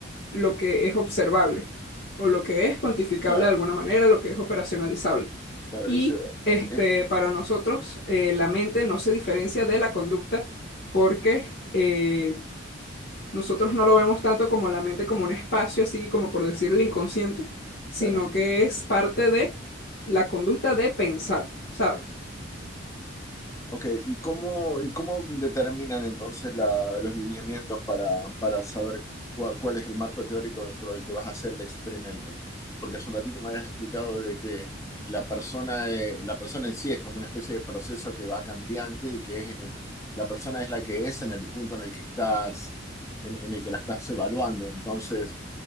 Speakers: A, on the left (about 55°); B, on the left (about 15°).
A: lo que es observable, o lo que es cuantificable
B: Claro,
A: de alguna manera, lo que es operacionalizable.
B: claro.
A: Y
B: Eso, eh,
A: este,
B: eh,
A: para nosotros, eh, la mente no se diferencia de la conducta porque... eh, Nosotros no lo vemos tanto como la mente como un espacio, así como por decir el inconsciente, sino
B: claro.
A: que es parte de la conducta de pensar, ¿sabes?
B: Ok, ¿y cómo, y cómo determinan entonces la- los lineamientos para, para saber cua- cuál es el marco teórico dentro del que vas a hacer el experimento? Porque hace un ratito me habías explicado de que la persona, eh, la persona en sí es como una especie de proceso que va cambiante y que es en el- la persona es la que es en el punto en el que estás, en, en el que la estás evaluando. Entonces,